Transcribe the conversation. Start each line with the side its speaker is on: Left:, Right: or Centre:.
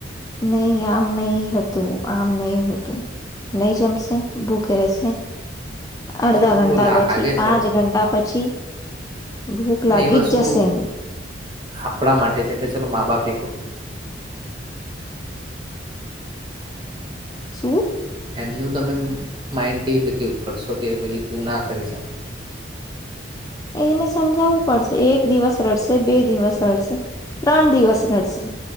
Left: નહીં આમ નહીં હતું આમ નહીં હોતું, નહી જમશે ભૂખ રહેશે અડધા
Right: એવું
Left: ઘંટા
Right: લાગે
Left: પછી પાંચ
Right: છે
Left: ઘંટા પછી ભૂખ
Right: પણ
Left: લાગી
Right: એ વસ્તુ
Left: જ જશે એને
Right: આપણા માટે છે કે ચલો મા બાપ એ
Left: શું?
Right: એમનું તમે માઈન્ડ કેવી રીતે કેવું કરશો કે ભ તું ના કરીશ આવું.
Left: એને સમજાવવું પડશે એક દિવસ રડશે બે દિવસ રડશે, ત્રણ દિવસ રડશે.